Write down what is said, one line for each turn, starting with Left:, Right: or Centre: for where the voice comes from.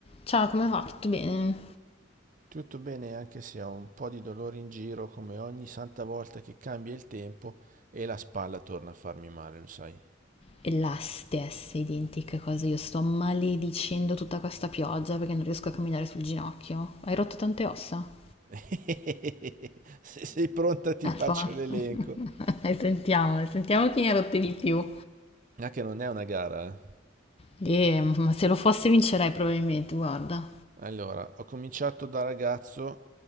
Left: Ciao, come va? Tutto bene?
Right: Tutto bene anche se ho un po' di dolore in giro come ogni santa volta che cambia il tempo e la spalla torna a farmi male, lo sai.
Left: E la stessa identica cosa, io sto maledicendo tutta questa pioggia perché non riesco a camminare sul ginocchio. Hai rotto tante ossa? <laughs>
Right: <laughs> Se sei pronta ti faccio
Left: Fa.
Right: l'elenco.
Left: <laughs> E sentiamo, sentiamo chi ne ha rotte di più.
Right: Ah, che non è una gara, eh.
Left: E, ma se lo fosse vincerei probabilmente, guarda.
Right: Allora, ho cominciato da ragazzo.